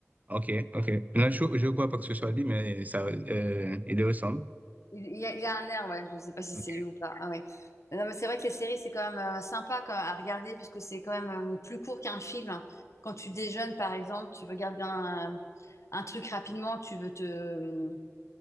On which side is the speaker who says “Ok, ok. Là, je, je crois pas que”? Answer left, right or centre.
Right